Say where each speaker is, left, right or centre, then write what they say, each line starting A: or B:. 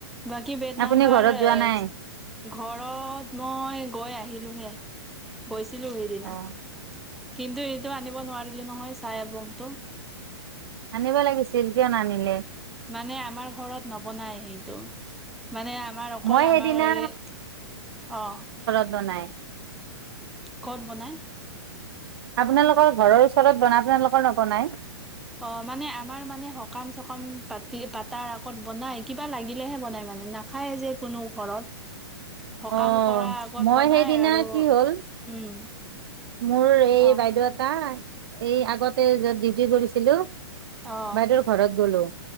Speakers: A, in the centre; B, on the right (about 60°).
A: বাকী বেড নাম্বাৰ
B: আপুনি ঘৰত
A: আ
B: যোৱা নাই?
A: ঘৰত মই গৈ আ <unintelligible>
B: অ',
A: <unintelligible> কিন্তু এইটো আনিব নোৱাৰিলে নহয় চাই আপমটো।
B: আনিব লাগিছিল কিয় নানিলে?
A: মানে আমাৰ ঘৰত নবনায় সেইটো। মানে আমাৰ অকল
B: মই
A: আমাৰ
B: সেইদিনা
A: এই অ'।
B: <unintelligible>
A: ক'ত বনায়?
B: আপোনালোকৰ ঘৰৰ ওচৰত বনায়, আপোনালোকৰ নবনায়?
A: অ' মানে আমাৰ মানে সকাম-চকাম পাতি পাতাৰ আগত বনায় কিবা লাগিলেহে বনায় মানে, নাখায় যে কোনো ঘৰত। সকাম
B: অ',
A: কৰাৰ আগত
B: মই
A: বনাই
B: সেইদিনা
A: আৰু,
B: কি হ'ল
A: উম।
B: মোৰ এই
A: অ
B: বাইদেউ এটা এই আগতে য'ত ডিউটি কৰিছিলোঁ
A: অ
B: বাইদেউৰ ঘৰত গলোঁ।